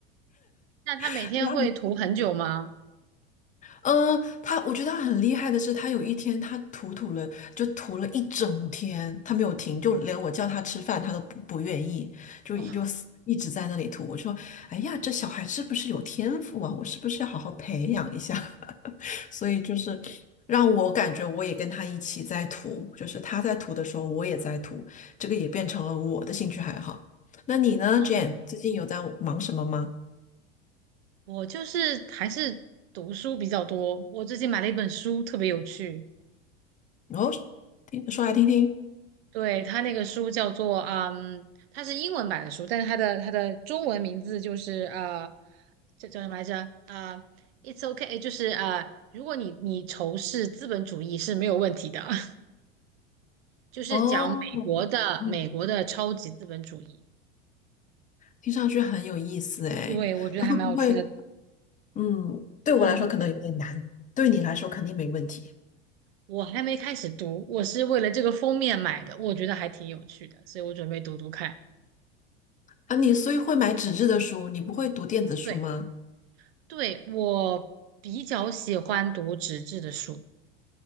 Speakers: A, on the right; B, on the left.
A: 那他每天会涂很久吗？
B: <laughs> 嗯，他我觉得他很厉害的是，他有一天他涂涂了，就涂了一整天，他没有停，就连我叫他吃饭，他都不不愿意，就就一直在那里涂。
A: 哦，
B: 我说，哎呀，这小孩是不是有天赋啊？我是不是要好好培养一下？<laughs> 所以就是让我感觉我也跟他一起在涂，就是他在涂的时候，我也在涂，这个也变成了我的兴趣爱好。那你呢，Jane？
A: 嗯，
B: 最近有在忙什么吗？
A: 我就是还是读书比较多。我最近买了一本书，特别有趣，
B: 哦，听说来听听。
A: 对，他那个书叫做嗯，它是英文版的书，但是它的它的中文名字就是呃，这叫什么来着？啊、i t s o k 就是呃，如果你你仇视资本主义是没有问题的，<laughs> 就是讲美国的美国的超级资本主义。
B: 哦，嗯听上去很有意思哎，
A: 对，我觉得还蛮有趣的。
B: 那会不会，嗯，对我来说可能有点难，
A: 嗯，
B: 对你来说肯定没问题
A: 我还没开始读，我是为了这个封面买的，我觉得还挺有趣的，所以我准备读读看。
B: 啊。你所以会买纸质的书，你不会读电子书吗？
A: 对，对，我比较喜欢读纸质的书。